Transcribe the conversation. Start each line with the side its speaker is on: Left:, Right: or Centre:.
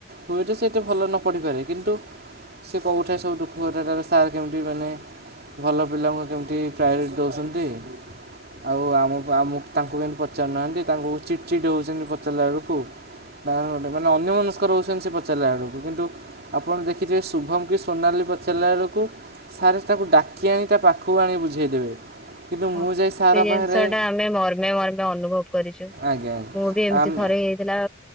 Right: ହୁଏତ ସେ ଏତେ ଭଲ ନ ପଢିପାରେ। କିନ୍ତୁ ସେ କହୁଠେ ସବୁ ଦୁଃଖ କଥା ତାର ସାର୍ କେମିତି ମାନେ ଭଲ ପିଲାଙ୍କୁ କେମିତି ପ୍ରାୟୋରିଟି ଦେଉଛନ୍ତି। ଆଉ ଆମ ଆମକୁ ତାଙ୍କୁ କେମତି ପଚାରୁନାହାଁନ୍ତି ତାଙ୍କୁ ଚିଟ୍ ଚିଟ୍ ହେଉଛନ୍ତି ପଚାରିଲା ବେଳକୁ। ଗୋଟେ ମାନେ ଅନ୍ୟ ମନସ୍କର ରଉଛନ୍ତି ସେ ପଚାରିଲା ବେଳକୁ। କିନ୍ତୁ ଆପଣ ଦେଖିଥିବେ ଶୁଭମ କି ସୋନାଲି ପଚାରିଲା ବେଳକୁ ସାରେ ତାକୁ ଡାକି ଆଣି ତା ପାଖକୁ ଆଣି ବୁଝେଇଦେବେ। କିନ୍ତୁ
Centre: ହଁ
Right: ମୁଁ
Centre: ସେ
Right: ଯାଇ ସାର୍
Centre: ଜିନିଷ
Right: ପାଖରେ
Centre: ଟା ଆମେ ମର୍ମେ ମର୍ମେ ଅନୁଭବ କରିଛୁ।
Right: ଆଜ୍ଞା
Centre: ମୁଁ ବି ଏମିତି
Right: ଆଜ୍ଞା ଆମ
Centre: ଥରେ ହେଇ ଥିଲା।